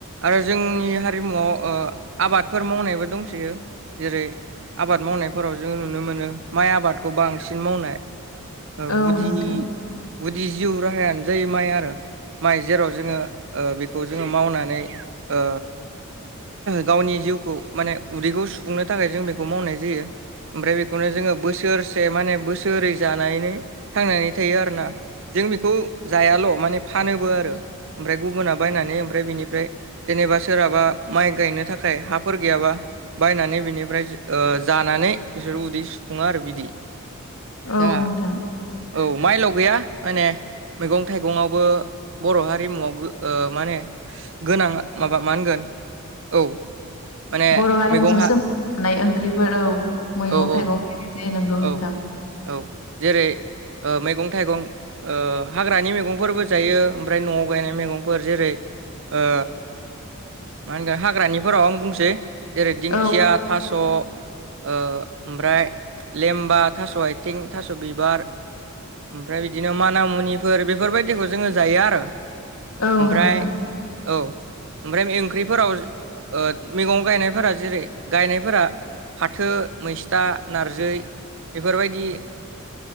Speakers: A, on the right; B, on the left.
A: आरो जोंनि हारिमुआव ओ आबादफोर मावनायबो दंसैयो जेरै आबाद मावनायफोराव जों नुनो मोनो माइ आबादखौ बांसिन मावनाय
B: औ
A: गुदिनि
B: नोंथां
A: गुदि जिउ राहायानो जायो माइ आरो माइ जेराव जोङो ओ बेखौ खौ जोङो मावनानै ओ गावनि जिउखौ माने उदैखौ सुफुंनो थाखाय जों बेखौ मावनाय जायो ओमफ्राय बेखौनो जोङो बोसोरसे माने बोसोरै जानानै थांनानै थायो आरोना जों बेखौ जायाल माने फानोबो आरो ओमफ्राय गुबुना बायनानै ओमफ्राय बिनिफ्राय जेनेबा सोरहाबा माइ गायनो थाखाय हाफोर गैयाबा बायनानै बिनिफ्राय ओ जानानै बिसोर उदै सुफुङो आरो बिदि
B: औ
A: दा
B: नोंथां
A: औ माइल गैया माने मैगं थाइगंआवबो बर' हारिमुवाव ओ माने गोनां माबा मा होनगोन औ माने
B: बर' हारिमुजों
A: मैगं हा
B: सोमोन्दो थानाय ओंख्रिफोर औ मैगं
A: औ
B: थाइगं
A: औ
B: गायनाय जायो नंगौ नोंथां
A: औ औ जेरै ओ मैगं थाइगं ओ हाग्रानि मैगंफोरबो जायो ओमफ्राय न'आव गायनाय मैगंफोर जेरै ओ मा होनगोन हाग्रानिफोराव आं बुंसै जेरै दिंखिया
B: औ
A: थास ओ ओमफ्राय लेमबा थास आथिं थास बिबार ओमफ्राय बिदिनो मानामुनिफोर बेफोरबायदिखौ जोङो जायो आरो
B: औ
A: ओमफ्राय
B: नोंथां
A: औ ओमफ्राय ओंख्रिफोराव ओ मैगं गायनायफोरा जेरै गायनायफोरा फाथो मैसथा नारजै बेफोरबायदि